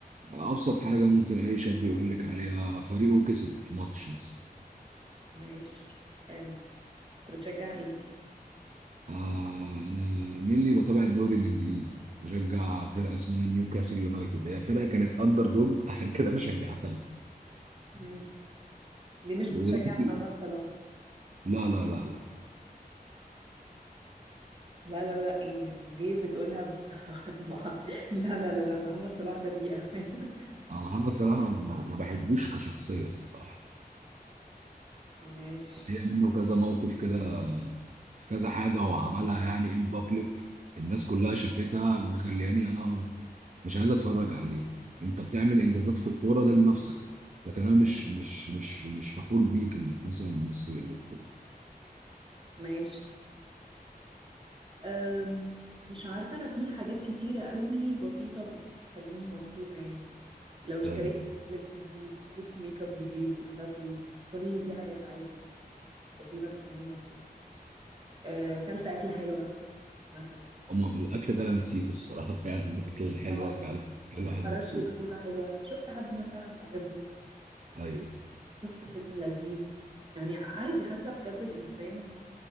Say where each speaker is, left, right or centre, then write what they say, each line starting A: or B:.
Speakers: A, on the right; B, on the right.
A: ابسط حاجة ممكن اي شاب يقول لك عليها فريقه كسب في ماتش مثلا
B: ماشي حلو أنت بتشجع إيه؟
A: آه أنا مين اللي بتابع الدوري الإنجليزي بشجع فرقة اسمها نيوكاسل يونايتد هي فرقة كانت أندر دوج <laughs> عشان كده أنا شجعتها
B: مم. دي مش بتشجع
A: ودلوقتي
B: محمد صلاح
A: لا لا لا لا
B: لا لا لا ايه يعني ليه بتقولها ب... <laughs> مع- لا لا لا لا محمد صلاح ده بيئة <laughs>
A: أنا محمد صلاح ما ما بحبوش كشخصية الصراحة
B: ماشي
A: هي منه كذا موقف كده في كذا حاجة هو عملها يعني إن بابليك الناس كلها شافتها مخلياني أنا مش عايز أتفرج عليه أنت بتعمل إنجازات في الكورة ده لنفسك لكن أنا
B: مم.
A: مش مش مش مش فخور بيك إنك مثلا مصري أو كده
B: ماشي أم... مش عارفة انا في حاجات كتيرة قوي بسيطة بتخليني مبسوطة يعني لو اشتريت
A: ايوه
B: لبس جديد جبت ميك اب جديد اكسسوارز كل دي حاجات عايز يعني بسيطة بتخليني مبسوطة أه، اكلت أكلة حلوة مثلا
A: أما الأكل ده أنا نسيته الصراحة <laughs> فعلا الأكل حلوة
B: اه
A: فعلا الواحد
B: خرجت
A: مبسوط
B: خروجة حلوة شفت حد مثلا بحبه
A: أيوه
B: شفت فيلم لذيذ يعني عايزة حاسة بجد الإنسان